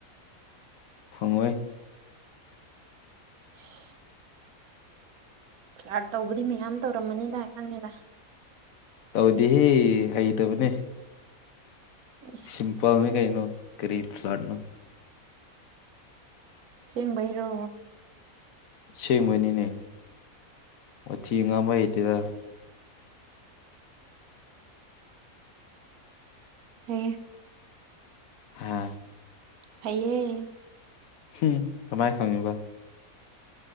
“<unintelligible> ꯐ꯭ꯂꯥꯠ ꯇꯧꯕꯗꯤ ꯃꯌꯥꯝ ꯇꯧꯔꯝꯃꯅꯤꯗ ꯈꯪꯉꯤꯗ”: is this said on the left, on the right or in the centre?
Right